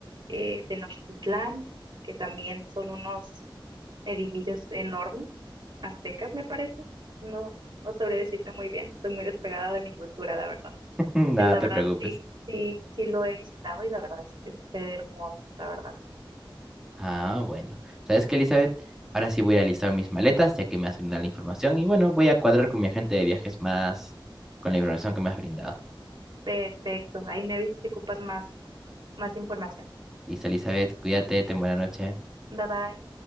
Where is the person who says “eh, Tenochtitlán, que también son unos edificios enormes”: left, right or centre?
Right